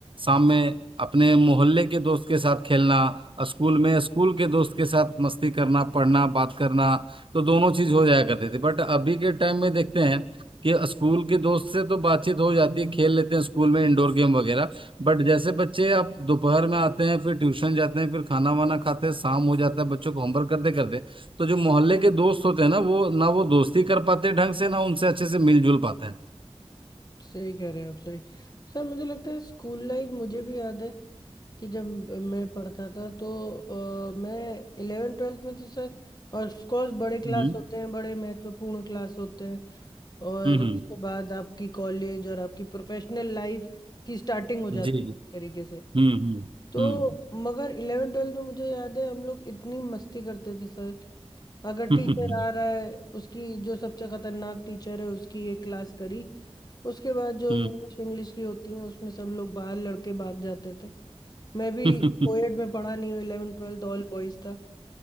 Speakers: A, on the right; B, on the left.
A: शाम में अपने मोहल्ले के दोस्त के साथ खेलना अ, स्कूल में स्कूल के दोस्त के साथ मस्ती करना पढ़ना बात करना तो दोनों चीज हो जाया करते थे बट अभी के टाइम में देखते हैं कि स्कूल के दोस्त से तो बातचीत हो जाती है खेल लेते हैं स्कूल में इंडोर गेम वगैरह बट जैसे बच्चे आप दोपहर में आते हैं फिर ट्यूशन जाते हैं फिर खाना वाना खाते हैं शाम हो जाता है बच्चों को होमवर्क करते करते तो जो मोहल्ले के दोस्त होते हैं ना वो ना वो दोस्ती कर पाते हैं ढंग से ना उनसे अच्छे से मिलजुल पाते हैं
B: सही कह रहे हैं आप सही सर मुझे लगता है स्कूल लाइफ मुझे भी याद है कि जब मैं पढ़ता था तो अ, मैं इलेवन ट्वेल्थ में तो सर और ऑफकोर्स बड़े
A: हम्म
B: क्लास होते हैं बड़े महत्वपूर्ण क्लास होते हैं और
A: हम्म
B: उसके बाद आपकी कॉलेज और आपकी प्रोफेशनल लाइफ की स्टार्टिंग हो जाती
A: जी जी
B: है एक तरीके से
A: हम्म
B: तो
A: हम्म
B: मगर इलेवन ट्वेल्थ में मुझे याद है हम लोग इतनी मस्ती करते थे सर अगर
A: हम्म
B: टीचर आ रहा है उसकी जो सबसे खतरनाक टीचर है उसकी एक क्लास करी उसके बाद जो
A: हम्म
B: इंग्लिश इंग्लिश की होती है उसमें सब लोग बाहर लड़के भाग जाते थे मैं भी
A: हम्म,
B: कोएड में पढ़ा नहीं हूँ इलेवन ट्वेल्थ ऑल बॉयज था